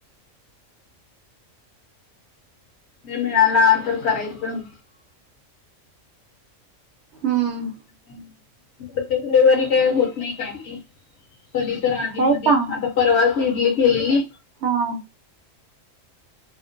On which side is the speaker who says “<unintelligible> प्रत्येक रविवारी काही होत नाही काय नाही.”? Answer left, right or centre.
Left